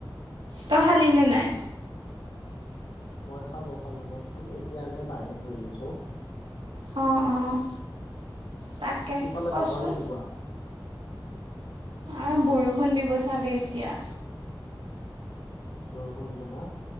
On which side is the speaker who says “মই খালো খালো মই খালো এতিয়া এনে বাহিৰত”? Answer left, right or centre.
Left